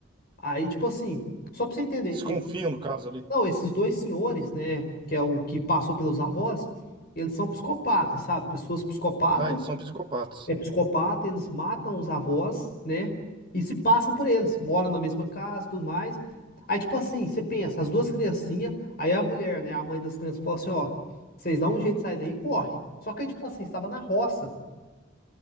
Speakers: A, on the left; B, on the right.
A: Aí, tipo assim, só pra você entender,
B: Desconfiam
A: esse-
B: no caso ali.
A: não, esses dois senhores, né, que é o que passou pelos avós, eles são psicopatas, sabe? Pessoas psicopatas,
B: Ah, eles são psicopatas.
A: é psicopata, eles matam os avós, né, e se passam por eles, moram na mesma casa, tudo mais. Aí, tipo assim, você pensa, as duas criancinhas, aí a mulher, né, a mãe das crianças fala assim, ó, vocês dão um jeito de sair daí e corre. Só que aí, tipo assim, estava na roça,